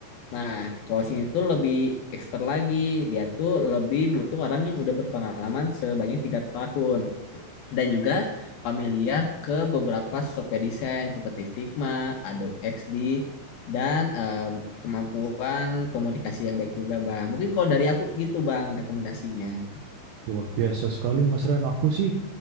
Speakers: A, on the left; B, on the right.
A: Nah, coaching itu lebih expert lagi. Dia tuh lebih butuh orang yang udah berpengalaman sebanyak tiga tahun dan juga familiar ke beberapa software desain seperti Figma, Adobe XD, dan eh, kemampuan komunikasi yang baik juga, Bang. Mungkin kalau dari aku gitu, Bang, rekomendasinya.
B: Luar biasa sekali, Mas Rian. Aku sih